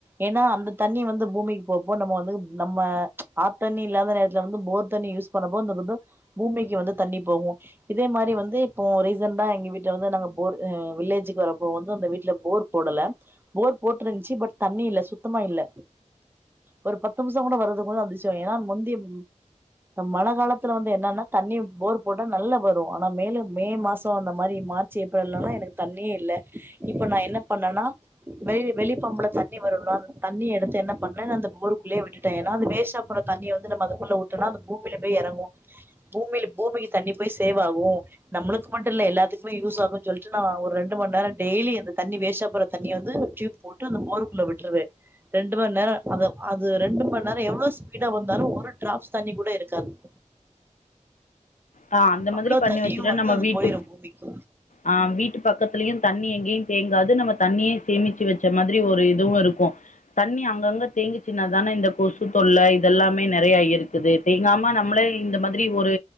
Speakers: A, on the right (about 15°); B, on the left (about 75°).
A: ஏனா அந்த தண்ணி வந்து பூமிக்கு போப்போக நம்ம வந்து நம்ம ஆத் தண்ணி இல்லாத நேரத்துல வந்து போர் தண்ணி யூஸ் போது இந்த வந்து பூமிக்கு வந்து தண்ணி போகூ இதே மாரி வந்து இப்போ ரீசண்டா எங்க வீட்ல வந்து நாங்க போர் வில்லேஜுக்கு வரப்போ வந்து அந்த வீட்ல போர் போடல. போர் போட்டிருந்துச்சு பட் தண்ணி இல்ல சுத்தமா இல்ல ஒரு பத்து நிம்ஷோ கூட வறதுக்குஞ அதிசயோ ஏன்னா முந்திரு மழ காலத்துல வந்து என்னன்னா தண்ணி போர் போட்டா நல்லா வரு ஆனா மேலும் மே மாசோ அந்த மாதரி மார்ச் செய்ப்பறலனா எனக்கு தண்ணியே இல்ல! இப்போ நா என்ன பண்ணன வெளி வெளிப்பம்புல தண்ணி வரணும்ல தண்ணி எடுத்து என்ன பண்ண அந்த போருக்குள்ளேயே விட் விட்ட ஏன்னாஅந்த வேஸ்ட்டா போற தண்ணிய வந்து நம்ம அதுக்குள்ள விட்டோம்னா அது பூமியில போய் எறங்கும்! பூமில பூமியில் தண்ணி போய் ஃசேவாகு நம்மளுக்கு மட்டுயில்ல எல்லாத்துக்குமே யூஸ் ஆகன்னு சொல்லிட்டு, நா ஒரு ரெண்டு மணி நேரோ டெய்லியு இந்த தண்ணி வேசஸ்ட்டா போற தண்ணிய வந்து டியூப் போட்டு அந்த போருக்குள்ள விட்ருவே ரெண்டு மணி நேரோ அது அது ரெண்டு மணி நேரம் எவ்வளவு ஸ்பீடா வந்தாலும் ஒரு ட்ராப்ஸ் தண்ணி கூட இருக்காது <inaudible>
B: ஆ அந்த மாதிரி
A: அவ்ளோ
B: பண்ணி
A: தண்ணியும்
B: வச்சுட்ட.
A: வந்து
B: நம்ம
A: அது
B: வீட்டு
A: போயிரும் பூமிக்கு
B: ஆ வீட்டு பக்கத்துலயு தண்ணி எங்கேயு தேங்காது நம்ம தண்ணிய சேமிச்சு வச்ச மாதிரி ஒரு இதுவு இருக்கு தண்ணி அங்கங்க தேங்கிச்சின்னா தான இந்த கொசு தொல்ல இதெல்லாமே நெறையா இருக்குது தேங்காம நம்மளே இந்த மாதிரி ஒரு